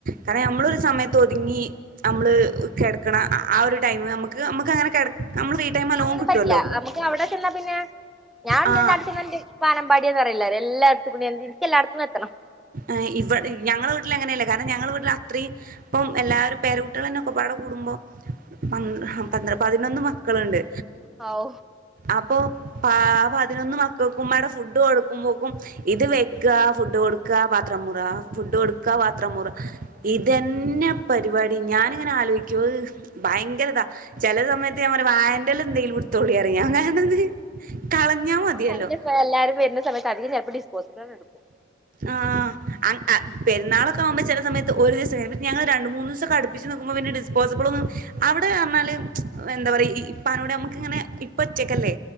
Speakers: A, on the right; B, in the centre.
A: കാരണം നമ്മള ഒരു സമയത്ത് ഒതുങ്ങി നമ്മള് കിടക്കണ ആ ഒരു ടൈമ നമുക്ക് നമുക്ക്ങ്ങനെ നമ്മള് ടൈം നല്ലോം
B: അങ്ങനെ
A: കിട്ടുവല്ലോ
B: പറ്റില്ല നമുക്ക് അവിടെ ചെന്ന പിന്നെ ഞാൻ
A: ആഹ്
B: എണ്ട് അടെന്നണ്ട് വാനമ്പാടി എന്ന് പറയില്ല എല്ലടുംത്ത് കൂടി എനി എല്ലടും എത്തണം
A: ആഹ് ഇവിടെ ഞങ്ങള വീട്ടിൽ അങ്ങനെയല്ല കാരണം ഞങ്ങള വീട്ടിൽ അത്രയും ഇപ്പം എല്ലാരും പേരുകുട്ടികളന്ന ഒക്കെപാടെ കൂടുമ്പോ പ പന്ത്ര പതിനൊന്ന് മക്കളുണ്ട്
B: ഹാവൂ
A: അപ്പൊ പ പതിനൊന്ന് മക്കൾക്കും ഉമ്മടേ ഫുഡ് കൊടുക്കുമ്പോക്കും ഇത് വെക്ക ഫുഡ് കൊടുക്ക പാത്രമുറ ഫുഡ് കൊടുക്ക പാത്രമുറ ഇ ഇതന്നെ പരിപാടി ഞാനിങ്ങനെ ആലോചിക്കു ഭയങ്കരതാ ചില സമയത്ത് ഞാൻ പറയും വായൻറെല്ലാം എന്തെിലും ടുത്തോളിയ പറഞാ കണത് കളഞ്ഞാ മതിയല്ലോ
B: ഞാൻ അങ്ങനെ എല്ലാരും വരുന്ന സമയത്ത് തവി അപ്പ ഡിസ്പോസലടുക്കും
A: ആഹ് പെരുന്നാളൊക്കെ ആവുമ്പോ ചില സമയത്ത് ഒരു ദിവസം ഞങ്ങള് രണ്ട മൂന്ന് ദിവസടു പ്പിച്ച് നിക്കുമ്പോ ഡിസ്പോസബിൾ ഒും അവിടെ പറഞ്ഞാല് എന്താ പറയാ ഇപ്പനോട് നമുക്ക ഇങ്ങനെ ഒറ്റക്കല്ലേ